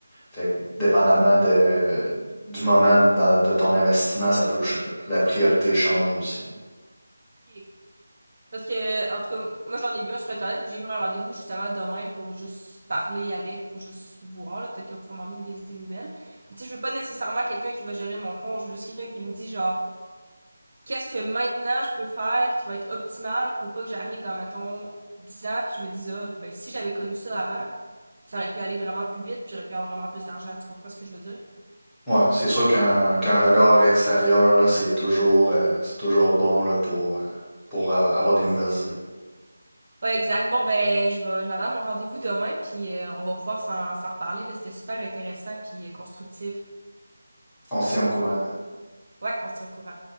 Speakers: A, in the centre; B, on the right.
A: Fait que dépendamment de, du moment dans- de, ton investissement, ça peut, ch- la priorité change aussi.
B: Ok, Parce que, en tout cas, moi j'en ai vu un sur Internet, puis j'ai pris un rendez-vous justement demain pour juste parler avec, pour juste voir, là, peut-être qu'ils vont pouvoir m'emmener des idées nouvelles. Mais tu sais, je veux pas nécessairement quelqu'un qui va gérer mon fonds, je veux juste quelqu'un qui me dit genre, qu'est-ce que maintenant je peux faire qui va être optimal pour pas que j'arrive dans, mettons, 10 ans, puis je me dise, ah, ben si j'avais connu ça avant, ça aurait pu aller vraiment plus vite, puis j'aurais pu avoir vraiment plus d'argent, tu comprends ce que je veux dire?
A: Ouais, c'est sûr qu'un qu'un regard extérieur, là, c'est toujours, euh, c'est toujours bon là, pour, euh, pour euh, avoir des nouvelles idées.
B: Ouais, exact. Bon, ben, je vais, je vais aller à mon rendez-vous demain, puis euh, on va pouvoir s'en s'en reparler, là, c'était super intéressant, puis euh, constructif.
A: On s'y en courant.
B: Ouais, on se tient au courant.